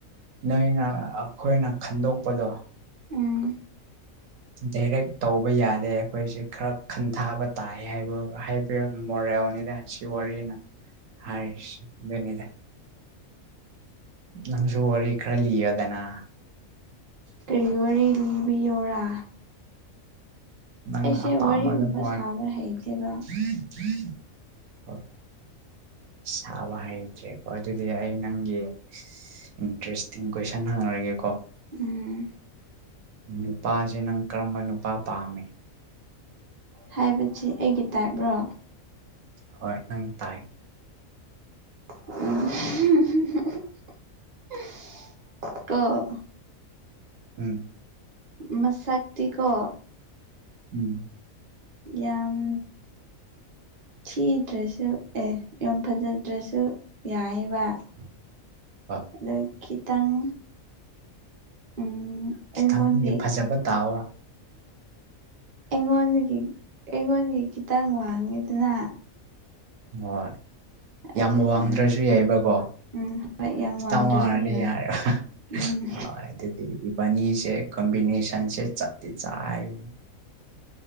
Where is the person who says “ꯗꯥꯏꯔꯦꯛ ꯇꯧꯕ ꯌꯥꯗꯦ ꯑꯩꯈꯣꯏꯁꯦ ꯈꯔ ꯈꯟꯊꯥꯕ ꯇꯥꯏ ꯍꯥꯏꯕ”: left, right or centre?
Right